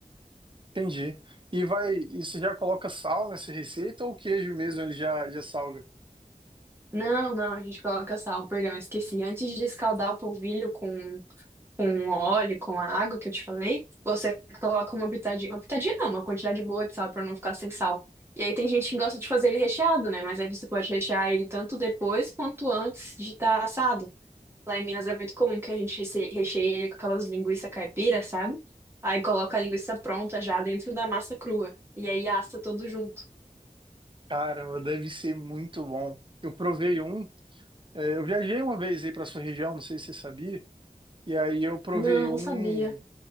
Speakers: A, on the right (about 35°); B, on the right (about 15°).
A: Entendi. E vai, e você já coloca sal nessa receita ou o queijo mesmo ele já, já salga?
B: Não, não, a gente coloca sal, perdão, eu esqueci. Antes de escaldar o polvilho com com óleo, com a água que eu te falei, você coloca uma pitadinha, uma pitadinha não, uma quantidade boa de sal para não ficar sem sal. E aí tem gente que gosta de fazer ele recheado, né? Mas aí você pode rechear ele tanto depois quanto antes de estar assado. Lá em Minas é muito comum que a gente rece- recheie ele com aquelas linguiças caipira, sabe? Aí coloca a linguiça pronta já dentro da massa crua. E aí assa tudo junto.
A: Caramba, deve ser muito bom. Eu provei um, é, eu viajei uma vez aí para sua região, não sei se você sabia, e aí eu provei
B: Não,
A: um,
B: não sabia.